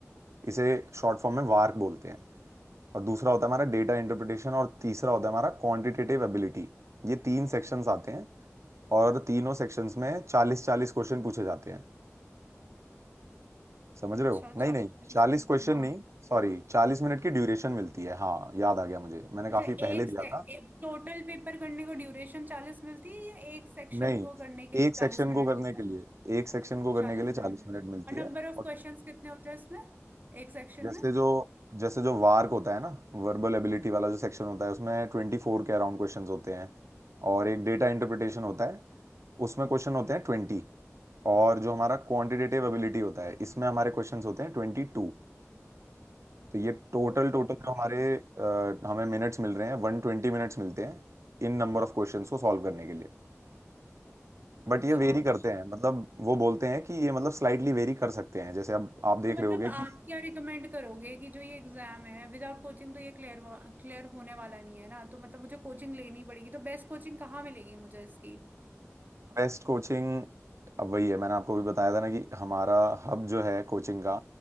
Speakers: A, on the right; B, on the right.
A: इसे शॉर्ट फॉर्म में वार्क बोलते हैं और दूसरा होता है हमारा डेटा इंटरप्रिटेशन और तीसरा होता है हमारा क्वांटिटेटिव एबिलिटी ये तीन सेक्शंस आते हैं और तीनों सेक्शंस में चालीस चालीस क्वेश्चन पूछे जाते हैं समझ
B: अच्छा
A: रहे हो नहीं
B: चालीस
A: नहीं
B: चालीस
A: चालीस
B: क्वेश्चन
A: क्वेश्चन
B: हाँ
A: नहीं सॉरी चालीस मिनट की ड्यूरेशन मिलती है हाँ याद आ गया मुझे मैंने काफी
B: अच्छा
A: पहले
B: एक
A: दिया
B: से
A: था
B: टोटल पेपर करने को ड्यूरेशन चालीस मिलती है या एक सेक्शन
A: नहीं
B: को करने के लिए
A: एक सेक्शन
B: चालीस मिनट
A: को करने
B: मिलता
A: के
B: है
A: लिए एक सेक्शन को करने
B: चालीस
A: के लिए चालीस
B: मिनट मिलता
A: मिनट
B: है
A: मिलती
B: और नंबर
A: है
B: ऑफ
A: और
B: क्वेश्चंस कितने होते हैं इसमें एक सेक्शन
A: जैसे
B: में
A: जो जैसे जो वार्क होता है ना वर्बल एबिलिटी वाला जो सेक्शन होता है उसमें ट्वेंटी फोर के अराउंड क्वेश्चंस होते हैं और एक डेटा इंटरप्रिटेशन होता है उसमें क्वेश्चन होते हैं ट्वेंटी और जो हमारा क्वांटिटेटिव एबिलिटी होता है इसमें हमारे क्वेश्चंस होते हैं ट्वेंटी टू तो ये टोटल
B: Okay
A: टोटल
B: okay
A: जो हमारे अ, हमें मिनट्स मिल रहे हैं वन ट्वेंटी मिनट्स मिलते हैं इन नंबर ऑफ क्वेश्चंस को सॉल्व करने के लिए बट
B: अच्छा
A: ये वेरी करते
B: तो
A: हैं मतलब वो बोलते हैं कि ये मतलब स्लाइटली वेरी कर सकते हैं जैसे अब आप देख
B: तो मतलब
A: रहे होगे
B: आप
A: कि
B: क्या रिकमेंड करोगे कि जो ये एग्जाम है विदाउट कोचिंग तो ये क्लियर क्लियर होने वाला नहीं है ना तो मतलब मुझे कोचिंग लेनी पड़ेगी तो बेस्ट कोचिंग कहाँ मिलेगी मुझे इसकी
A: बेस्ट कोचिंग अब वही है मैंने आपको भी बताया था ना कि हमारा हब जो है कोचिंग का